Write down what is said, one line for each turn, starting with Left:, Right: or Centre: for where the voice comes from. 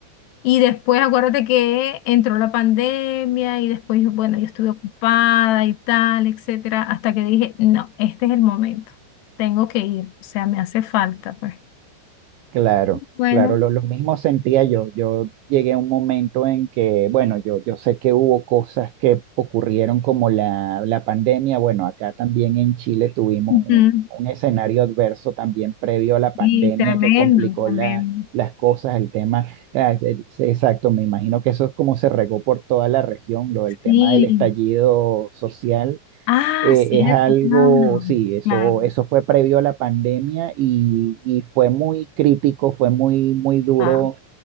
Left: Y después acuérdate que entró la pandemia y después, bueno, yo estuve ocupada y tal, etcétera, hasta que dije, no, este es el momento, tengo que ir, o sea, me hace falta, pues.
Right: Claro,
Left: Bueno,
Right: claro, lo, lo mismo sentía yo. Yo llegué a un momento en que, bueno, yo, yo sé que hubo cosas que ocurrieron como la, la pandemia. Bueno, acá también en Chile tuvimos
Left: Ujú.
Right: un, un escenario adverso también previo a la pandemia
Left: Y tremendo,
Right: que complicó
Left: tremendo.
Right: la- las cosas, el tema, ah, eh, sí, exacto, me imagino que eso es como se regó por toda la región, lo del tema
Left: Sí.
Right: del estallido social
Left: Ah,
Right: eh,
Left: cierto,
Right: es algo,
Left: claro,
Right: sí, eso,
Left: claro.
Right: eso fue previo a la pandemia y, y fue muy crítico, fue muy, muy duro
Left: Ah.